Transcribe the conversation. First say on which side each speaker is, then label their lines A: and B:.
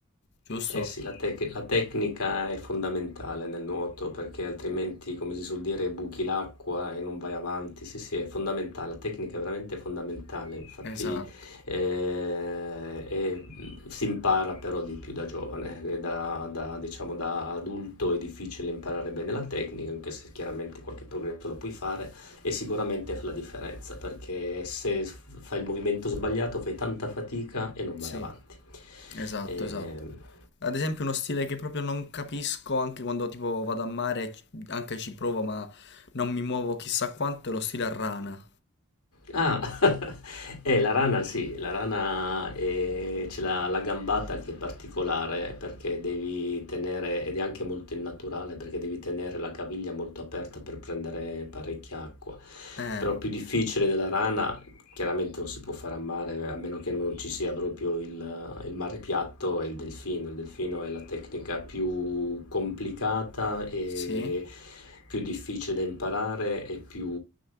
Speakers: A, on the left; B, on the left.
A: giusto?
B: Eh sì, la, tec- la tecnica è fondamentale nel nuoto perché altrimenti, come si suol dire, buchi l'acqua e non vai avanti. Sì, sì, è fondamentale, la tecnica è veramente fondamentale, infatti
A: Esatto,
B: eh, e, mh, si impara però di più da giovane, eh, da, da, diciamo, da adulto è difficile imparare bene la tecnica, anche se chiaramente qualche progresso lo puoi fare, e sicuramente fa la differenza, perché se s- fai il movimento sbagliato fai tanta fatica e non
A: sì,
B: vai avanti.
A: esatto,
B: Eh,
A: esatto. Ad esempio uno stile che proprio non capisco anche quando tipo vado a mare, ci- anche ci provo, ma non mi muovo chissà quanto, è lo stile a rana.
B: Ah, <laughs> eh, la rana sì, la rana eh, c'è la, la gambata che è particolare perché devi tenere, ed è anche molto innaturale perché devi tenere la caviglia molto aperta per prendere parecchia acqua.
A: Eh,
B: Però più difficile della rana chiaramente non si può fare a mare a meno che non ci sia proprio il, il mare piatto e il delfino. Il delfino è la tecnica più complicata e
A: sì.
B: più difficile da imparare e più,